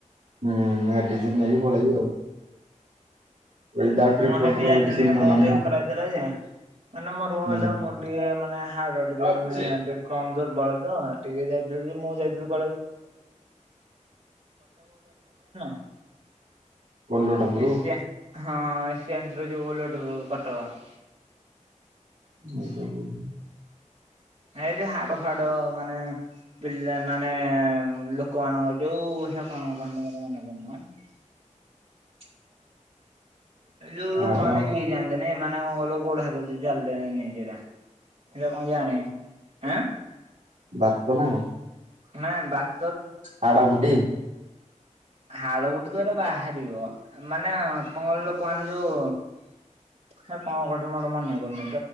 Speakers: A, on the right; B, on the right.
A: ହୁଁ ମେଡିସିନ ନେଇକି ପଳେଇବି ଆଉ ୱିଦାଉଟ୍
B: ମୁଁ
A: ରିପୋର୍ଟରେ
B: ହେନ୍ତି ଯାଇଥିଲି
A: ମେଡିସିନ ଦଉନାହାନ୍ତି
B: ମୋ ଦେହ ଖରାପ ହେଇଥିଲା ଯେ ମାନେ ମୋର
A: ନା।
B: ଟିକେ ମାନେ ହାଡ ଟିକେ ମାନେ
A: ହୁଁ
B: ଟିକେ କମ ଜୋର ବଳ ତ ଟିକେ ଯାଇଥିଲୁ ଯେ ମୁଁ ଯାଇଥିଲି। <unintelligible>
A: କୋଲଟ ପୁରୁ।
B: ଏସିଆ ହଁ ଏସିଆନ୍ <unintelligible>
A: <unintelligible>
B: ଏ ଯୋଉ ହାଡ ଫାଡ ମାନେ <unintelligible> ମାନେ ଲୋକମାନାନଙ୍କ ଯୋଉ ହେରା କଣ କୁହନ୍ତିମ ମୋର ମନେ ପଡୁନି। ଏ ଜୋଉ
A: ହାଡ଼
B: ଲୋକ ମାନେ <unintelligible> ଏ ମାନେ କଣ କହିଲ ଗୋଡ ହାତ ଯେମିତି ଚାଲିଲେ <unintelligible> ଏଟା କଣ ଜଣିନି। ଆଁ।
A: ବାପ ନାଁ କଣ
B: ନାଇଁ ବା <unintelligible>
A: ହାଡ଼ ଫୁଟି
B: ହାଡ଼ ଗୋଟେ ତ ଏଇନା ବାହାରିବ ମାନେ <unintelligible> କହନ୍ତି ଯୋଉ କଣ କହନ୍ତି ମୋର ମନେ ପଡୁନି